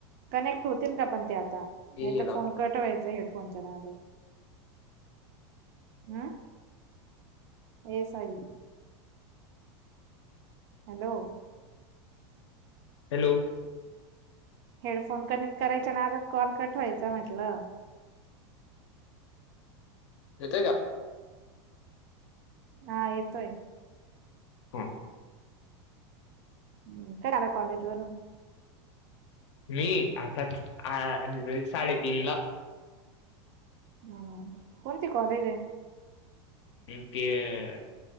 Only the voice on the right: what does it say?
कनेक्ट होतील का पण ते आता नाही
तर
फोन कटवायचं हेडफोनच्या नादात हा ये साईल. हॅलो
हेडफोन कनेक्ट करायचा नादात कॉल कट वायचा म्हटलं
हा येतोय.
हम्म कड आला कॉलेज वरुन
हम् कोणती कॉलेज हाय.